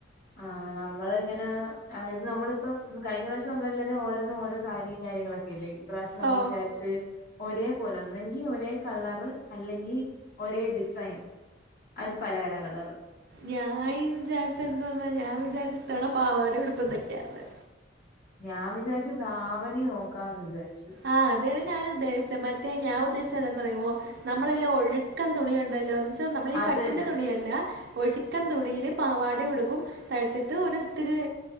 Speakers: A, on the left (about 50°); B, on the right (about 60°).
A: ആഹ നമ്മള ഇങ്ങനെ അതായത് നമ്മളിപ്പം കഴിഞ്ഞ പ്രാവശ്യം നമ്മളെല്ലാവരും ഓരോന്നും ഓരോ സാരിയും കാര്യങ്ങളൊക്കെ ലെ ഈ പ്രാവശ്യം നമുക്ക്
B: ഓ
A: വിചാരിച്ച് ഒരേ പോലെ ഒന്നെങ്കിൽ ഒരേ കളർ അല്ലെങ്കിൽ ഒരേ ഡിസൈൻ അതിൽ പല പല കളർ
B: ഞാൻ വിചാരിച്ച എന്തോന്ന ഞാൻ വിചാരിച്ചിതന പാവാടയും ഉടുപ്പും തൈക്കാന്ന്
A: ഞാൻ വിചാരിച്ചു ദാവണി നോക്കാന്ന് വിചാരിച്ചു
B: ആഹ് അതന്നെ ഞാന ഉദ്ദേശിച്ച മറ്റേ ഞാൻ ഉദ്ദേശിച്ചതറിയോ നമ്മളെല്ല ഒഴുക്കൻ തുണിയ ഉണ്ടല്ലോ എന്ന് വെച്ചാൽ നമ്മള ഈ
A: അത്
B: പട്ടിന്റെ
A: തന്നെ
B: തുണിയല്ല. ഒഴുക്കൻ തുണിയില് പാവാടയും ഉടുപ്പും തൈച്ചട്ട് ഒര് ത്തിരി